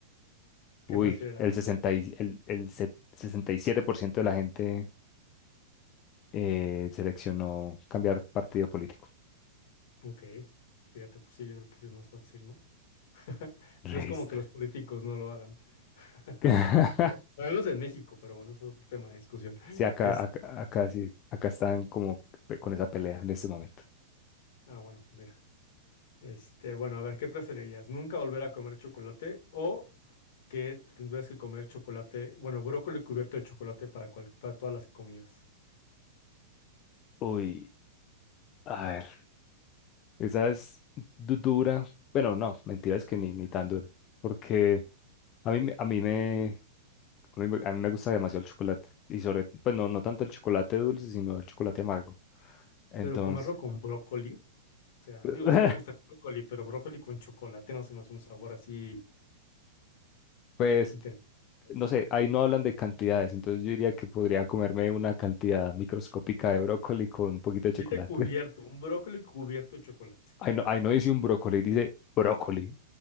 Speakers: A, on the left; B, on the left.
A: ¿Qué
B: Uy,
A: prefiere la
B: el
A: gente?
B: 60 y- el, el se- 67% de la gente eh, seleccionó cambiar partido político.
A: Ok, fíjate, pues sí, yo creo que sí es más fácil, ¿no? <laughs> No es
B: Resto.
A: como que los políticos no lo hagan. <laughs>
B: <laughs>
A: Háganlos en México, pero bueno, eso es otro tema de discusión.
B: Sí, acá,
A: Este,
B: acá, acá sí, acá están como pe- con esa pelea en este momento.
A: ah, bueno, pues mira. Este, bueno, a ver, ¿qué preferirías? ¿Nunca volver a comer chocolate o que tendrías que comer chocolate, bueno, brócoli cubierto de chocolate para, cual- para todas las comidas?
B: Uy, a ver, esa es du- dura. Bueno, no, mentira, es que ni, ni tan dura. Porque a mí, me- a mí me, a mí, me- a mí me gusta demasiado el chocolate. Y sobre, pues no, no tanto el chocolate dulce, sino el chocolate amargo. Entonces,
A: Pero comerlo con brócoli, o sea,
B: <laughs>
A: digo, sí me gusta el brócoli, pero brócoli con chocolate no se me hace un sabor así
B: pues.
A: interesante, ¿sabes?
B: no sé, ahí no hablan de cantidades, entonces yo diría que podría comerme una cantidad microscópica de brócoli con un poquito de chocolate.
A: Dice cubierto,
B: <laughs>
A: un brócoli cubierto de chocolate.
B: Ahí no, ahí no dice un brócoli, dice brócoli.